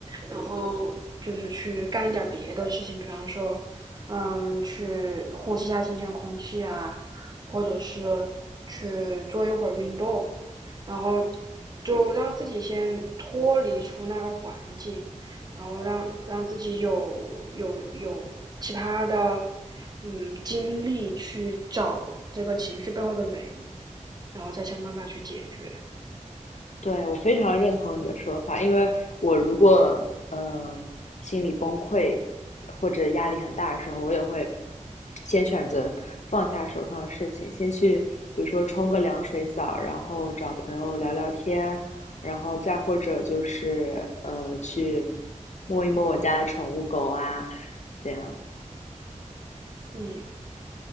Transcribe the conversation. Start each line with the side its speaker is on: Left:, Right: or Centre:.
Right: 然后就是去干一点儿别的事情，比方说，嗯，去呼吸一下新鲜空气啊，或者是去做一会儿运动，然后就让自己先脱离出那个环境，然后让让自己有有有其他的嗯精力去找这个情绪背后的原因，然后再想办法去解决，
Left: 对，我非常认同你的说法，因为我如果嗯、呃心里崩溃或者压力很大的时候，我也会先选择放下手上的事情，先去比如说冲个凉水澡，然后找朋友聊聊天，然后再或者就是呃去摸一摸我家的宠物狗啊，这样。
Right: 嗯。